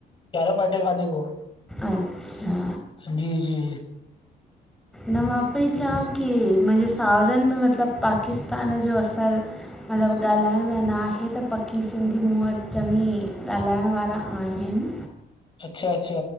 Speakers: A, on the left; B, in the centre.
A: क्यारा पाटे काने को
B: अच्छा,
A: जी जी।
B: न मां पेई चवां की मुंजे साहुरनि में मतिलबु पाकिस्तान जो असर मतिलबु ॻाल्हाइण में न आहे त पकी सिंधी मूं वटि चङी ॻाल्हाइण वारा आहिनि।
A: अच्छा अच्छा